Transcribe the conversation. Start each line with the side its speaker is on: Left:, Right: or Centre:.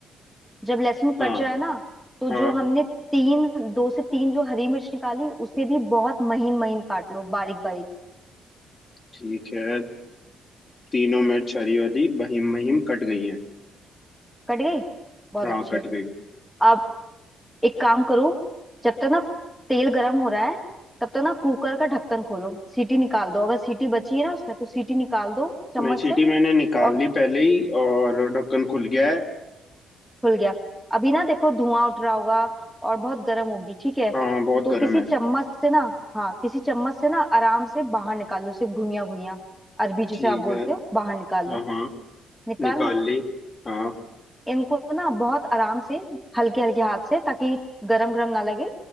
Centre: जब लहसुन
Left: हाँ
Centre: कट जाए ना तो
Left: हाँ
Centre: जो हमने तीन दो से तीन जो हरी मिर्च निकाली उसे भी बहुत महीन महीन काट लो बारीक बारीक
Left: ठीक है तीनों मिर्च हरी वाली बहीम बहीम कट गई हैं
Centre: कट गई बहुत
Left: हाँ
Centre: अच्छे
Left: कट गई
Centre: अब एक काम करो जब तक ना तेल गरम हो रहा है तब तक ना कुकर का ढक्कन खोलो सीटी निकाल दो अगर सीटी बची है ना उसमें तो सीटी निकाल दो चम्मच
Left: नहीं सीटी
Centre: से
Left: मैंने निकाल
Centre: और
Left: ली पहले ही और ढक्कन खुल गया है
Centre: खुल गया अभी ना देखो धुआं उठ रहा होगा और बहुत गर्म होगी ठीक है
Left: हाँ बहुत
Centre: तो
Left: गर्म
Centre: किसी
Left: है
Centre: चम्मच से ना हाँ किसी चम्मच से ना आराम से बाहर निकाल लो सिर्फ घुइयां घुइयां अरबी जिसे
Left: ठीक
Centre: आप बोलते
Left: है
Centre: हो बाहर निकाल
Left: हाँ
Centre: लो
Left: हाँ
Centre: निकाल
Left: निकाल
Centre: ली
Left: ली हाँ
Centre: इनको ना बहुत आराम से हल्के हल्के हाथ से ताकि गरम गरम ना लगे